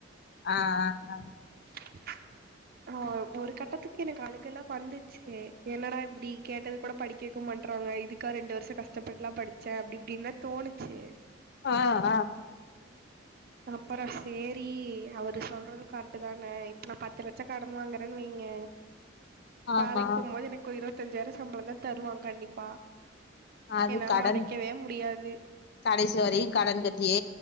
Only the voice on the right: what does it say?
<inaudible> <unintelligible> ஆ ஒரு கட்டத்துக்கு எனக்கு அழுகல்லா வந்துச்சு என்னடா இப்டி கேட்டது கூட படி கேக்க மாட்றாங்க இதுக்கா ரெண்டு வர்ஷோ கஷ்டப்பட்டுலா படிச்சே அப்டி இப்டின்தா தோணிச்சு
அப்பறோ சேரி அவரு சொல்றது கர்ட்டு தானே இப்ப நா பத்து லட்சோ கடன் வாங்குறேன் வெய்ங்க
வேலைக்கு போம்போது எனக்கு ஒரு இருவத்தஞ்சாயிரோ சம்பளந்தா தருவா கண்டிப்பா
என்னால
அடைக்கவே முடியாது